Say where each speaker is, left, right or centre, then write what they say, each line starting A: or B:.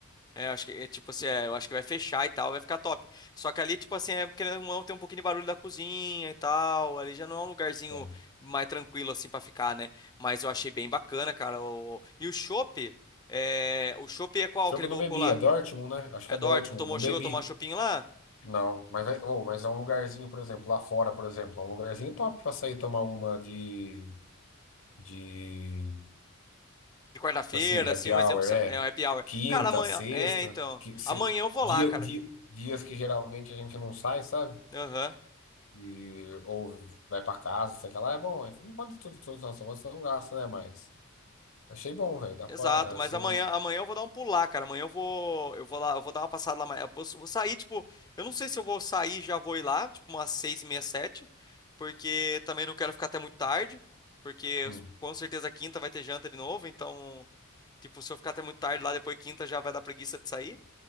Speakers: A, on the left; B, on the left.
A: É, eu acho que, é, tipo assim, é, eu acho que vai fechar e tal, vai ficar top. Só que ali, tipo assim, é, querendo ou não, tem um pouquinho de barulho da cozinha e tal. Ali já não é um lugarzinho
B: É.
A: mais tranquilo, assim, pra ficar, né? Mas eu achei bem bacana, cara. o- E o chopp, é... o chopp é qual
B: Desculpa,
A: que ele
B: eu
A: colocou
B: não bebi,
A: lá?
B: é Dortmund, né? Acho
A: É
B: que é Dortmund,
A: do tipo tomou,
B: não
A: chegou
B: bebi.
A: a tomar chopinho lá?
B: Não, mas, vai- ô, mas é um lugarzinho, por exemplo, lá fora, por exemplo, é um lugarzinho top pra sair tomar uma de, de,
A: De quarta-feira,
B: tipo assim, happy
A: assim, um
B: hour,
A: exemplo,
B: é
A: é o happy hour.
B: quinta,
A: Cara, amanhã,
B: sexta,
A: é, então,
B: que, se-
A: amanhã eu vou
B: dia,
A: lá, cara.
B: dia- dias que geralmente a gente não sai, sabe?
A: Aham.
B: E, ou vai pra casa, sei lá, é bom, é que não pode tudo, tudo, nossa, você não gasta, né? Mas achei bom, velho, dá
A: Exato,
B: pra,
A: mas
B: assim,
A: amanhã,
B: né?
A: amanhã eu vou dar um pulo lá, cara. Amanhã eu vou, eu vou lá, eu vou dar uma passada lá. amanhã. Eu posso- vou sair, tipo, eu não sei se eu vou sair, já vou ir lá, tipo, umas seis e meia, sete, porque também não quero ficar até muito tarde, porque eu-
B: Hum,
A: com certeza quinta vai ter janta de novo, então, tipo, se eu ficar até muito tarde lá, depois quinta já vai dar preguiça de sair.